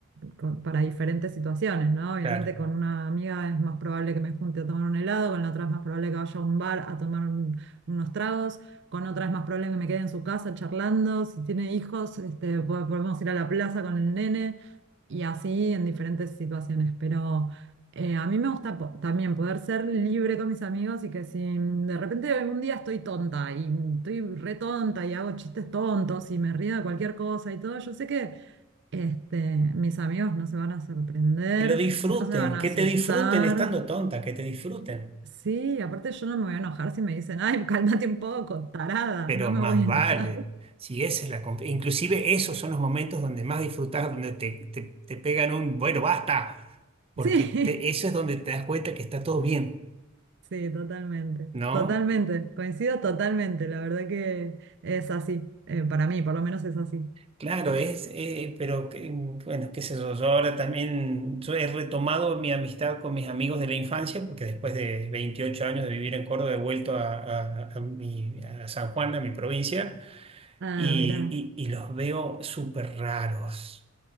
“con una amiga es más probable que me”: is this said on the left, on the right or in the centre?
Right